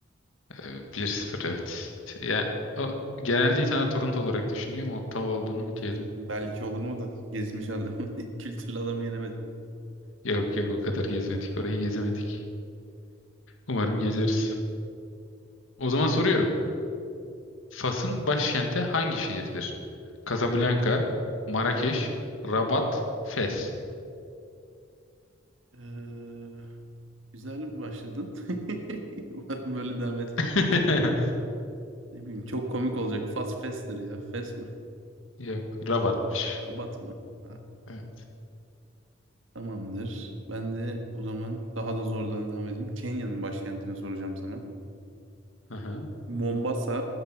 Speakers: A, on the left; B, on the right.
A: Ee, 1-0 evet. Ya, o, genelde insanlar Toronto olarak düşünüyor ama Ottawa olduğunu biliyordum.
B: Dedim, belki olur mu da gezmiş adam. <laughs> Kültürlü adamı yenemedim.
A: Yok yok o kadar gezmedik. Orayı gezemedik. Umarım gezeriz. O zaman soruyorum. Fas'ın başkenti hangi şehirdir? Casablanca, Marrakeş, Rabat, Fes.
B: Ee, güzel başladın. <laughs> Umarım böyle devam etmez.
A: <laughs>
B: Ne bileyim çok komik olacak. Fast Fester ya. Fest
A: Yok, Rabat'mış.
B: Rabat mı? Ha,
A: Evet.
B: tamamdır. Ben de o zaman daha da zordan devam edeyim. Kenya'nın başkentini soracağım sana.
A: Aha.
B: Mombasa,